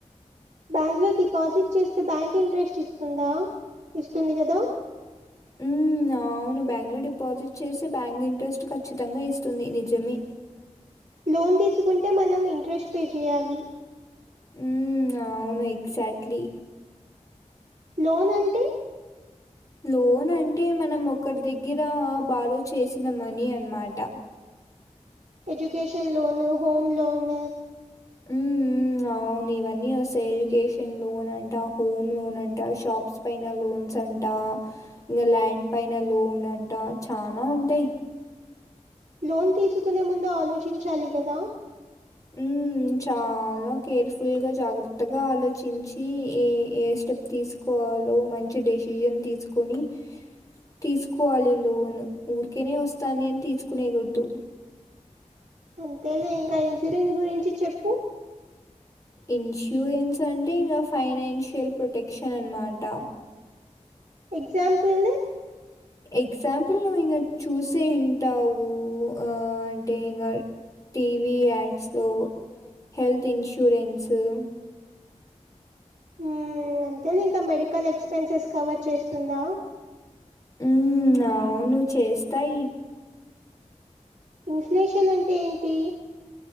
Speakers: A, on the right; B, on the left.
A: బ్యాంక్ లో డిపాజిట్ చేస్తే బ్యాంక్ ఇంట్రెస్ట్ ఇస్తుందా ఇస్తుంది కదా
B: ఉ అ అవును బ్యాంక్లో డిపాజిట్ చేసే బ్యాంక్ ఇంట్రెస్ట్ ఖచ్చితంగా ఇస్తుంది నిజమే
A: లోన్ తీసుకుంటే మనం ఇంట్రెస్ట్ పే చేయాలి
B: ఉ అవును ఎగ్జాక్ట్లీ
A: లోన్ అంటే
B: లోన్ అంటే మనం ఒక్కరి దగ్గర బారో చేసిన మినీ అన్నమాట
A: ఎడ్యుకేషన్ లోన్ హోమ్ లోన్
B: ఉ ఉ ఉ అవును ఇవన్నీ వస్తాయి ఎడ్యుకేషన్ లోన్ అంట హోమ్ లోన్ అంట షాప్స్ పైన లోన్ సన్స్ అంటా ఇంకా ల్యాండ్ పైనా లోన్ అంట చానా ఉంటాయి
A: లోన్ తీసుకునే ముందు ఆలోచించాలి కదా
B: ఉ ఉహ్మ్ చాలా కేర్ఫుల్గా జాగ్రత్తగా ఆలోచించి ఏ ఏ స్టెప్ తీసుకో వాళ్ళో మంచి డెసిషన్ తీసుకొని తీసుకోవాలి లోన్ ఊరికేనే వస్తాంది అని తీసుకునేది వద్దు
A: అంతే లే ఇంకా ఇన్సూరెన్స్ గురించి చెప్పు
B: ఇన్సూరెన్స్ అంటే ఇంకా ఫైనాన్షియల్ ప్రొటెక్షన్ అన్నమాట
A: ఎగ్జాంపుల్
B: ఎగ్జాంపుల్ నువ్వు ఇంకా చూసే ఉంటావు ఆ డేయేంగర్ టీవీ యాడ్స్ లో హెల్త్ ఇన్షూరెన్స్ ఉ
A: మ్మ్ అంతే లే ఇంకా మెడికల్ ఎక్స్పెన్సెస్ కవర్ చేస్తుందా
B: మ్మ్ అవును చేస్తాయి
A: ఇన్ఫ్లేషన్ అంటే ఏంటి